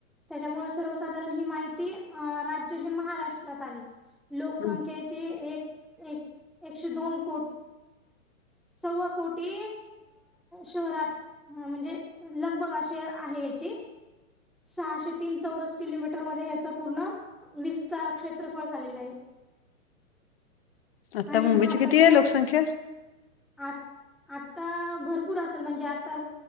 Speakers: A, in the centre; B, on the left.
A: त्याच्यामुळे सर्वसाधारण ही माहिती राज्य हे महाराष्ट्रात आली. लोकसंख्याची
B: हं
A: एक, एक एकशे दोन कोट. सव्वा कोटी शहरात म्हणजे लगभग अ आहे याची, सहाशे तीन चौरस किलोमीटर मध्ये या्याच पूर्ण विस्तार क्षेत्रफळ झालेलं आहे.
B: आता
A: आणि
B: मुंबईची
A: भारताचं
B: किती आहे लोकसंख्या?
A: आ आता भरपूर असेल म्हणजे आता